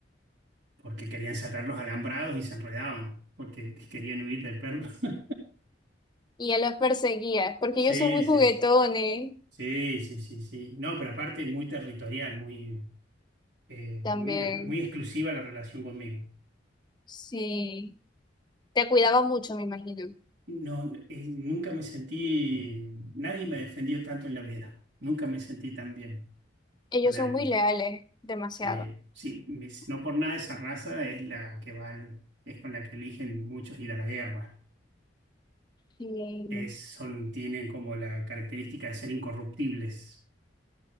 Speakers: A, on the right; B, on the left.
A: porque querían saltar los alambrados y se enredaban, porque <laughs> querían huir del perro. <laughs>
B: Y ya los perseguía, porque
A: Sí,
B: ellos son muy
A: sí,
B: juguetones
A: sí. Sí, sí, sí, sí. No, pero aparte muy territorial, muy... eh,
B: también.
A: muy, er- muy exclusiva la relación conmigo.
B: Sí, te cuidaba mucho, me imagino.
A: No, eh, nunca me sentí, nadie me defendió tanto en la vida. Nunca me sentí tan bien
B: Ellos
A: con alguien.
B: son muy leales, demasiado.
A: Sí, sí, mis- no por nada esa raza es la que va, al- es con la que eligen muchos ir a la guerra.
B: Sí,
A: Es, son, tienen como la característica de ser incorruptibles.